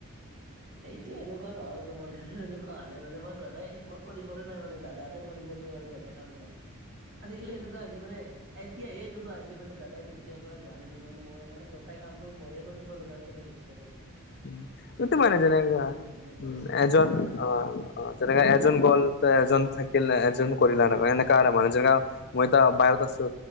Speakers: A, on the right; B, on the left.
A: এইটো এনেকুৱা নহয় মানু মোৰ ক্ষেত্ৰত এনেকুৱা হা নাই মান মই গাই মই কৰিবলৈ নাই মানে দাদাকে কৰিব দিও আৰু ঘত এঘাম্বৰ আজিকালি এনেকুৱা হৈছে মানে এতিয়ে এনেকুৱা হৈছে মানে দাদাই যেতিয়াৰ পৰা গুৱাহাটীলৈ গ'ল মোৰ মানে গোটেই কাম বোৰ মইয়ে কৰিব লগাৰ দৰে হৈছে। সেইটো এতিয়া <unintelligible>
B: উম, সটো
A: এতিয়াহে
B: মানে
A: প্ৰেছাৰটো
B: যেনেক
A: মোৰ মানে পৰিছে।
B: উম, এজন
A: হয় হয়
B: অ', অ', যেনেকা এজন গ'ল এজন থাকিলে এজন কৰিলা এনে এনেককা আৰু মানে যেনে মই ত বাহিৰত আছো